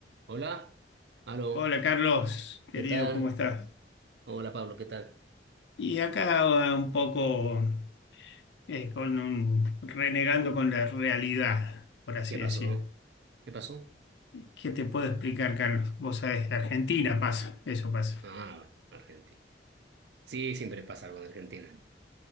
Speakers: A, on the right; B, on the left.
A: Hola, aló,
B: Hola Carlos, querido,
A: ¿qué tal?
B: ¿cómo estás?
A: Hola Pablo, ¿qué tal?
B: Y acá eh, un poco eh, con un, renegando con la realidad, por así
A: ¿Qué pasó?
B: decir.
A: ¿Qué pasó?
B: ¿Qué te puedo explicar, Carlos? Vos sabés, de Argentina pasa, eso pasa.
A: Ah, Argentina. Sí, siempre pasa algo en Argentina.